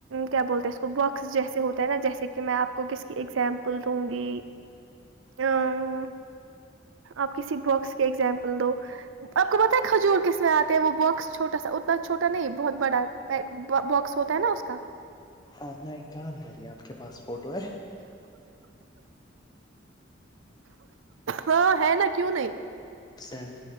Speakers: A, on the right (about 80°); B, on the left (about 20°).
A: کیا بولتے ہیں اس کو باکس جیسے ہوتا ہے نا جیسے کہ میں آپ کو اس کی اگزامپل دوں گی آ آپ کسی باکس کے اگزامپل دو آپ کو پتہ ہے کھجور کس میں آتے ہے وہ باکس چھوٹا سا اتنا چھوٹا نہیں بہت بڑا با باکس ہوتا ہے نا اس کا
B: آپ نے ایک کام کریں ہے آپ کے پاس فوٹو ہے
A: ہاں ہے نا کیوں نہیں
B: سینڈ